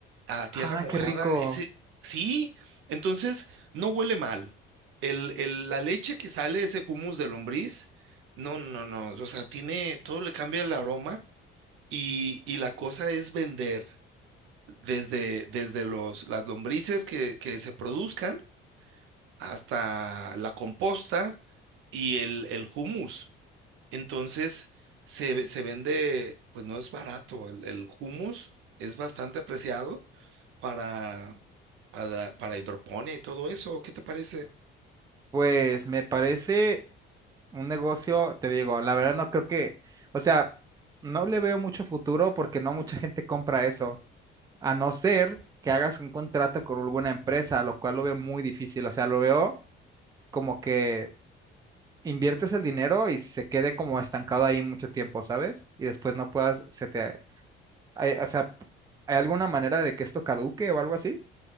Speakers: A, on the right; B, on the right.
A: a tierra
B: Ah,
A: mojada,
B: qué rico.
A: ese, sí, entonces no huele mal. El, el- la leche que sale, ese humus de lombriz, no, no, no, o sea, tiene, todo le cambia el aroma y, y la cosa es vender desde, desde los, las lombrices que, que se produzcan hasta la composta y el, el humus. Entonces, se, se vende, pues no es barato, el, el humus es bastante apreciado para, para, para hidroponía y todo eso. ¿Qué te parece?
B: Pues me parece un negocio, te digo, la verdad no creo que, o sea, no le veo mucho futuro porque no mucha gente compra eso. a no ser que hagas un contrato con alguna empresa, lo cual lo veo muy difícil. O sea, lo veo como que inviertes el dinero y se quede como estancado ahí mucho tiempo, ¿sabes? Y después no puedas, se te, hay- o sea, ¿hay alguna manera de que esto caduque o algo así?